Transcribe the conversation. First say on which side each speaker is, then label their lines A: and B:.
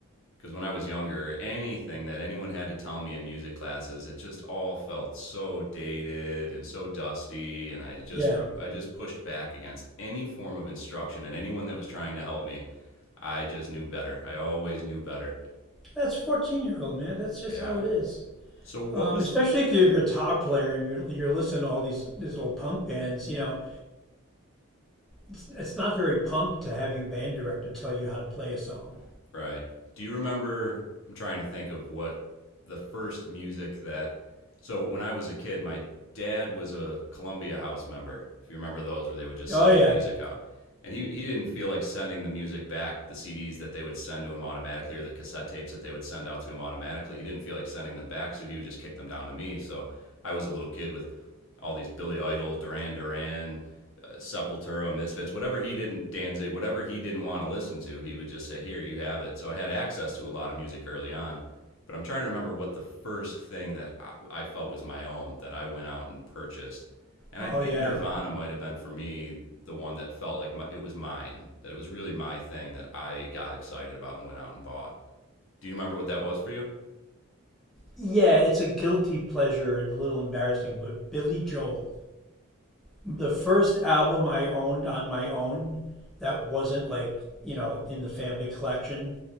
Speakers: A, on the left (about 65°); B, in the centre.
A: Because when I was younger, anything that anyone had to tell me in music classes, it just all felt so dated and so dusty, and I just
B: Yeah.
A: re- I just pushed back against any form of instruction and anyone that was trying to help me. I just knew better. I always knew better.
B: That's 14 year old, man. That's just
A: Yeah.
B: how it is.
A: So what
B: Um,
A: was
B: especially if you're a guitar player and you're, you're listening to all these these old punk bands, you know, it's, it's not very punk to have your band director tell you how to play a song.
A: Right. Do you remember? I'm trying to think of what the first music that. So when I was a kid, my dad was a Columbia House member. If you remember those, where they would just
B: Oh
A: send
B: yeah,
A: you music out, and he he didn't feel like sending the music back, the CDs that they would send to him automatically, or the cassette tapes that they would send out to him automatically. He didn't feel like sending them back, so he would just kick them down to me. So I was a little kid with all these Billy Idol, Duran Duran, Sepultura, Misfits, whatever he didn't Danzig, whatever he didn't want to listen to, he would just say, "Here, you have it." So I had access to a lot of music early on, but I'm trying to remember what the first thing that I, I felt was my own that I went out and purchased, and
B: Oh
A: I think
B: yeah,
A: Nirvana might have been for me the one that felt like my, it was mine, that it was really my thing that I got excited about and went out and bought. Do you remember what that was for you?
B: yeah. It's a guilty pleasure and a little embarrassing, but Billy Joel, the first album I owned on my own that wasn't like you know in the family collection